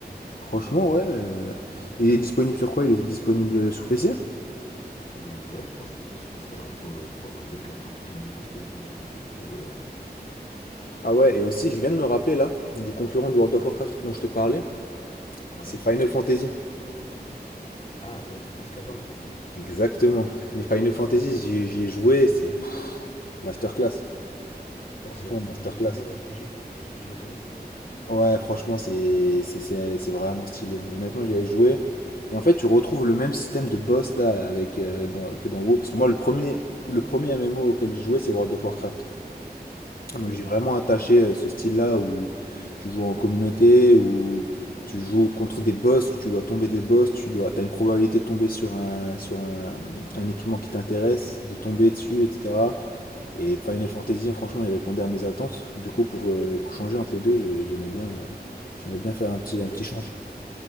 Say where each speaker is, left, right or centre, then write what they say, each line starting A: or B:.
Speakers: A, on the left; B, on the left.
A: Franchement,
B: Ouais, ouais.
A: ouais.
B: ouais.
A: euh, Il est disponible sur quoi? Il est disponible sur PC?
B: Euh, ouais, je pense qu'il est disponible sur PC. Alors, il faut, il faut avoir une bonne carte graphique, mais je pense qu'il est disponible sur PC, que tu peux jouer, ouais.
A: Ah ouais, et aussi, je viens de me rappeler là, du concurrent de World of Warcraft dont je te parlais,
B: Ouais.
A: c'est Final Fantasy.
B: Ah, Final Fantasy 14, c'est ça
A: Exactement. Les Final Fantasy, j'y j'y ai joué, c'est pff, masterclass.
B: Ouais,
A: Franchement,
B: c'est un style
A: masterclass.
B: de jeu que t'aimes bien, les RPG. Les RPG japonais, c'est ton truc?
A: Ouais, franchement, c'est c'est- c'est- c'est vraiment stylé. Honnêtement, j'y ai joué. Et en fait, tu retrouves le même système de boss là avec, euh, dans- que dans WoW. Parce que moi, le premier, le premier MMO auquel j'ai joué, c'est World of Warcraft. Donc
B: Ouais,
A: j'ai vraiment attaché euh, ce style-là où tu joues en communauté, où tu joues contre des boss, où tu dois tomber des boss, tu dois, t'as une probabilité de tomber sur un, sur un, un équipement qui t'intéresse, de tomber dessus, etc. Et Final
B: ouais.
A: Fantasy, franchement, il répondait à mes attentes. Du coup, pour, euh, pour changer entre les deux, j'ai- j'aimais bien, euh, j'aimais bien faire un petit,
B: Après,
A: un petit change.